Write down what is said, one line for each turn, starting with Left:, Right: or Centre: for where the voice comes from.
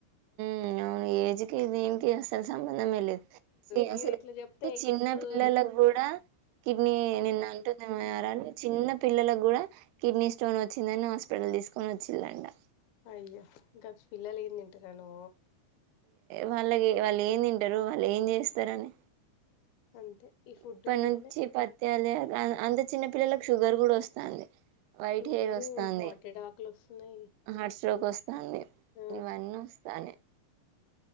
Right: ఉమ్ అవును ఏజ్కి దీనికి ఏం అసలు సంబంధమే లేదు
Left: నేను
Right: అసలు
Left: ఇట్లా చెప్తే
Right: చిన్న
Left: గిప్పుడు
Right: పిల్లలకు
Left: అదే
Right: కూడా కిడ్నీ నిన్న అంటుంది చిన్న పిల్లలకు కూడా కిడ్నీ స్టోన్ వచ్చిందని హాస్పిటల్ తీసుకొని వచ్చిళ్లంటా
Left: అయ్య ఇంకా పిల్లలే ఏ తింటన్నాను
Right: వాళ్ళకి వాళ్ళు ఏం తింటారు వాళ్ళు ఏం చేస్తారని
Left: అంతే ఈ ఫుడ్
Right: ఇప్పటి
Left: వల్లనే
Right: నుంచి పతాలి అంత చిన్న పిల్లలకు షుగర్ కూడా వస్తుంది వైట్
Left: షుగరు
Right: హెయిర్ వస్తంది
Left: హార్ట్ అటాక్లు వస్తున్నాయి
Right: హార్ట్ స్ట్రోక్ వస్తంది
Left: ఆ
Right: ఇవన్నీ వస్తున్నాయి